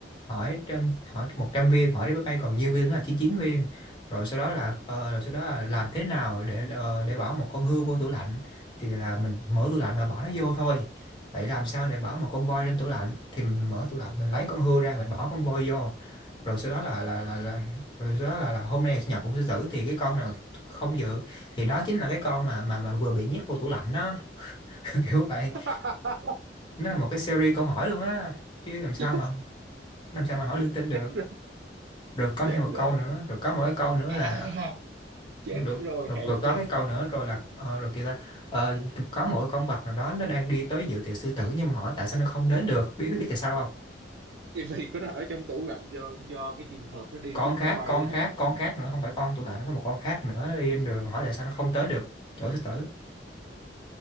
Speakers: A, on the left; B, on the right.
A: hỏi trăm hỏi 100 viên hỏi đến máy bay còn nhiêu viên đó là chín chín viên rồi sau đó là ờ, rồi sau đó là làm thế nào để ờ, để bỏ một con hươu vô tủ lạnh thì là mình mở tủ lạnh và bỏ nó vô thôi vậy làm sao để bỏ một con voi trong tủ lạnh thì mình mở tủ lạnh mình lấy con hươu ra mình bỏ con voi vô rồi sau đó là là là, là rồi sau đó là, là hôm nay là sinh nhật của sư tử thì cái con nào không dự thì đó chính là cái con mà mà mà vừa bị nhét vô tủ lạnh đó <laughs> kiểu vậy
B: <laughs>
A: nó là một cái series câu hỏi luôn á chứ làm sao
B: chết
A: mà làm sao mà hỏi linh tinh được
B: rồi
A: rồi có
B: chết
A: thêm một
B: rồi
A: câu
B: chết
A: nữa
B: rồi
A: rồi có mỗi câu nữa
B: à
A: là
B: chết
A: được rồi,
B: rồi hèn
A: rồi có
B: chi
A: cái câu nữa rồi là ờ, rồi kia ta ờ, có mỗi con vật nào đó nó đang đi tới dự tiệc sư tử nhưng mà hỏi tại sao nó không đến được biết biết tại sao không
B: tivi của nó ở trong tủ lạnh do do cái trường hợp nó đi
A: con
B: đi
A: khác
B: máy bay
A: con
B: đó
A: khác con khác nữa không phải con tủ lạnh nó có một con khác nữa nó đi trên đường hỏi tại sao nó không tới được chỗ sư tử